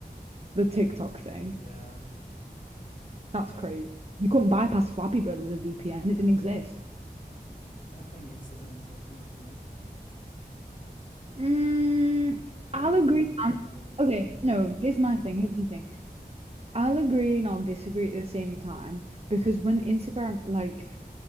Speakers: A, on the right; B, on the left.
A: the TikTok thing.
B: Yeah,
A: That's
B: yeah.
A: crazy. You couldn't bypass Flappy Bird with a VPN. It didn't exist.
B: I think Instagram is up there as well.
A: Mm,
B: Don't
A: I'll agree
B: even
A: and
B: try to mm,
A: okay, no,
B: Instagram.
A: here's my thing. Here's my thing. I'll agree and I'll disagree at the same time because when Instagram like